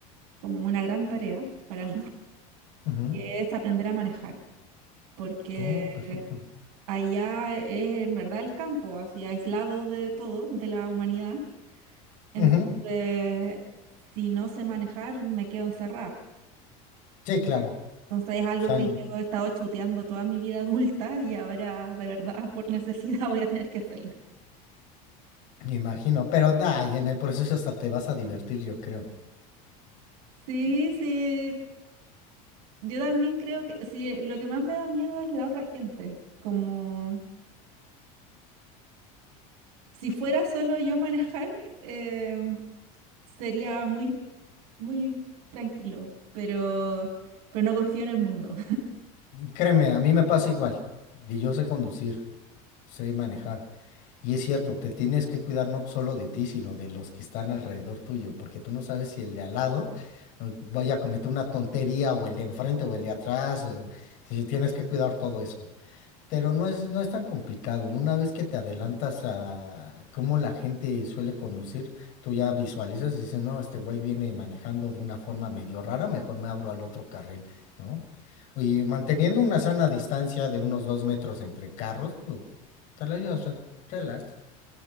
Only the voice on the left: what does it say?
Ujú.
Oh, perfecto.
Ujú.
Sí, claro.
O sea,
n-
me imagino, pero ay, en el proceso hasta te vas a divertir, yo creo.
Créeme, a mí me pasa igual. Y yo sé conducir, sé manejar. Y es cierto, te tienes que cuidar no solo de ti, sino de los que están alrededor tuyo, porque tú no sabes si el de al lado eh, vaya a cometer una tontería, o el de enfrente, o el de atrás. o- Y tienes que cuidar todo eso. Pero no es, no es tan complicado. Una vez que te adelantas a cómo la gente suele conducir, tú ya visualizas y dices, no, este güey viene manejando de una forma medio rara, mejor me abro al otro carril, ¿no? Y manteniendo una sana distancia de unos dos metros entre carros, pues, te la llevas re- relax.